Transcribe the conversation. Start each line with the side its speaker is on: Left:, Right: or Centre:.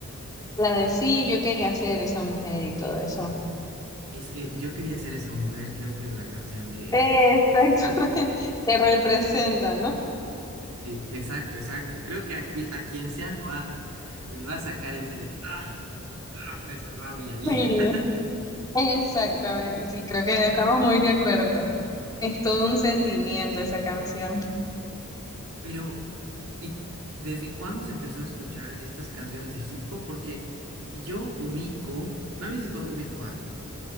Left: La de sí, yo quería ser esa mujer y todo eso.
Right: Es que yo quería ser esa mujer, creo que es la canción que...
Left: Exactamente, <laughs> te representa, ¿no?
Right: Sí, exacto, exacto. Creo que aquí, a quien sea lo va, le va a sacar ese de... ¡Ah! ¡Ah! Esa rabia ahí.
Left: Sí,
Right: <laughs>
Left: exactamente, sí, creo que estamos muy de acuerdo. Es todo un sentimiento esa canción.
Right: Pero, ¿y desde cuándo se empezó a escuchar estas canciones de hip hop? Porque yo ubico, tal vez es cuando ubico algo.